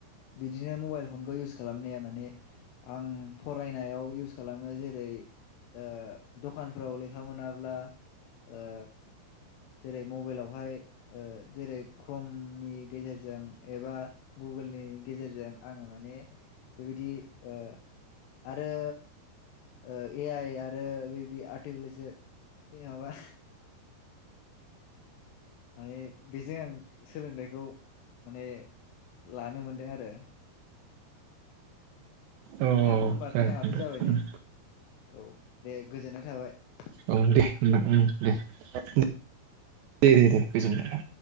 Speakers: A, on the left (about 80°); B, on the right (about 75°).
A: बिदिनो मबाइल फनखौ इउस खालामनाया माने आं फरायनायाव इउस खालामो जेरै ओ दखानफ्राव लेखा मोनाब्ला ओ जेरै मबाइलावहाय ओ जेरै क्रमनि गेजेरजों एबा गुग्गोलनि गेजेरजों आङो माने बेबायदि ओ आरो ओ ए आइ आरो बेबायदि आरटिफिसियेल ओ माबा माने बेजों आं सोलोंथाइखौ माने लानो मोनदों आरो
B: औ
A: नोंथां
B: औ
A: होमबा
B: जागोन
A: टाइमाथ'
B: नोंथां
A: जाबाय नै औ दे गोजोननाय थाबाय
B: ओ दे नोंथां ओम दे-दे-दे-दे